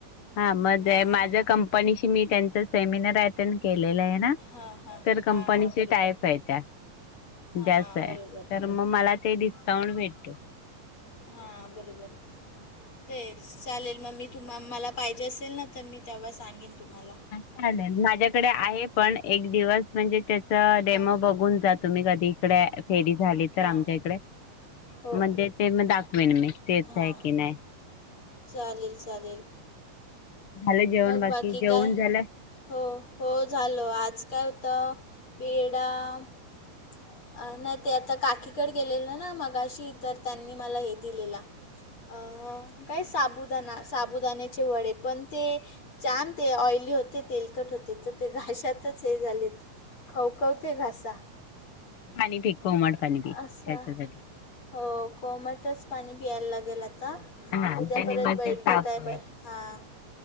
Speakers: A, on the left (about 60°); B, on the left (about 35°).
A: हा. मध्ये
B: हां
A: माझ्या कंपनीशी मी, त्यांचा सेमिनार अटेंड केलेला आहे ना.
B: हां हां
A: तर कंपनीशी,
B: हां हां बरोबर
A: टायप आहे अशा
B: हां
A: त्यात तर
B: बरोबर
A: तर मग मला ते डिस्काउंट भेटतोय.
B: हा, बरोबर. तेच. चालेल, मग मी तुम्हा मला पाहिजे असेल ना, तर मी तेव्हा सांगेन तुम्हाला.
A: चालेल. माझ्याकडे आहे पण, एक दिवस म्हणजे त्याचा डेमो
B: हां
A: बघून जा तुम्ही, कधी इकडे फेरी झाली तर
B: हां
A: आमच्या इकडे.
B: हो
A: मध्ये ते मग दाखवेन मी, तेच
B: हां
A: आहे की नाही.
B: चालेल, चालेल.
A: झालं जेवण
B: मग
A: बाकी, जेवण
B: काय
A: झालं?
B: हो. हो झालं, आज काय होतं? <unintelligible> अं, नाही ते आता काकीकडे गेलेले ना मघाशी तर, त्यांनी मला हे दिलेला. अअअ काय साबूदाणा, साबुदाण्याचे वडे पण ते जाम ते ऑईली होते. तेलकट होते. त ते घाशातच हे झालेत. खवखवते घसा,
A: पाणी पी कोमट पाणी पी
B: असा
A: त्याच्यासाठी
B: हो, कोमटच पाणी पियायला लागेल आता.
A: हा
B: उद्या
A: त्यानी
B: परत
A: मग
B: बैठक
A: ते साफ
B: हाय
A: होईल
B: बाय. हां,